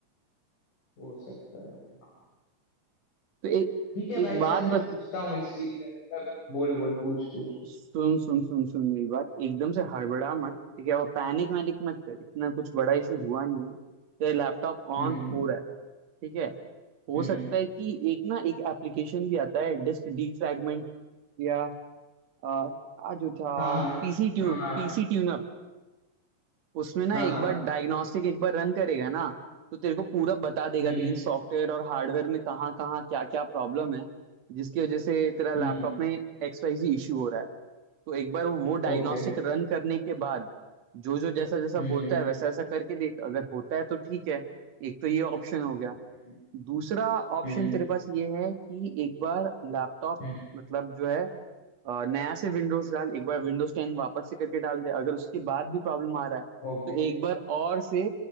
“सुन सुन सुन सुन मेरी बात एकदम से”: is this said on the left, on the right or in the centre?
Right